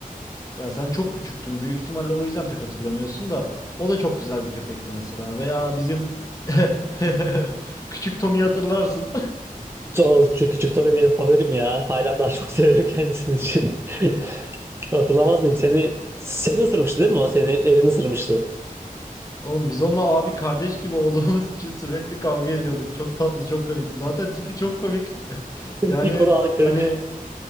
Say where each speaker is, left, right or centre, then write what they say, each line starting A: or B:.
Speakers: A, on the left; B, on the right.
A: Ya sen çok küçüktün büyük ihtimalle o yüzden pek hatırlamıyorsun da o da çok güzel bir köpekti mesela veya bizim <laughs> küçük Tom'u hatırlarsın.
B: Çok, küçük Tommy benim favorim ya. Halen daha çok severim kendisini. <laughs> Hatırlamaz mıyım? Seni seni ısırmıştı değil mi o? Senin el- elini ısırmıştı.
A: <laughs> Oğlum biz onunla abi kardeş gibi olduğumuz için sürekli kavga ediyorduk. Çok tatlı, çok komikti. Zaten tipi çok komik. <laughs>
B: <laughs> Bir
A: Yani
B: kural kırık.
A: hani